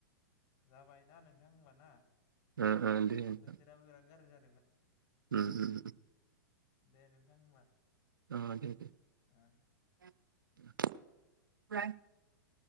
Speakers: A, on the left (about 40°); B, on the right (about 80°).
A: जाबायना नोंथां होनबाना
B: ओ ओ दे नोंथां
A: बोथोराबो बिराद गाज्रि जा
B: उम उम
A: दे नोंथां होनबा
B: उम दे
A: आ
B: <inaudible>